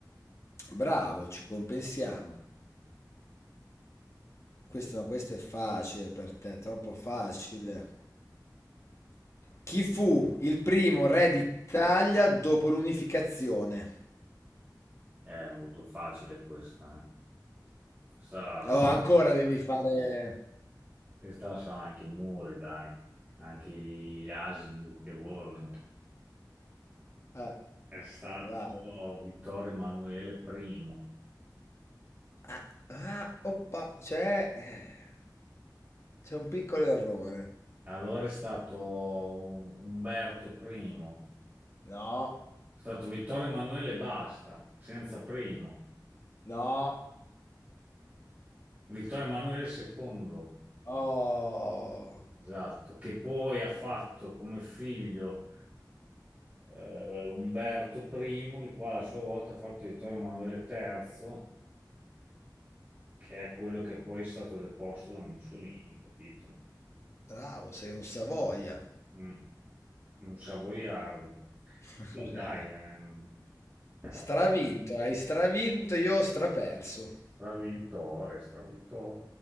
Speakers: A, on the left; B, on the right.
A: Bravo, ci compensiamo. Questo, no, questo è facile per te, troppo facile. Chi fu il primo re d'Italia dopo l'unificazione?
B: È molto facile questa, eh. Questa la, la-
A: Oh, ancora devi fare...
B: questa la sanno anche i muri, dai, anche gli asini che volano.
A: Ah,
B: È stato
A: vai.
B: Vittorio Emanuele I,
A: Ah, ah, oppa, c'è... eh, C'è un piccolo errore.
B: allora è stato um- Umberto I,
A: No,
B: è stato Vittorio Emanuele e basta, senza primo.
A: no.
B: Vittorio Emanuele II,
A: Oh,
B: esatto, che poi ha fatto come figlio eh, Umberto I, il quale a sua volta ha fatto Vittorio Emanuele III, che è quello che poi è stato deposto da Mussolini, capito?
A: bravo, sei un Savoia.
B: Mm. Un savoiardo.
A: <laughs>
B: Sì, dai, ehm, era
A: Stravinto,
B: fatto.
A: hai stravinto, io ho straperso.
B: Stravintore, stravintore.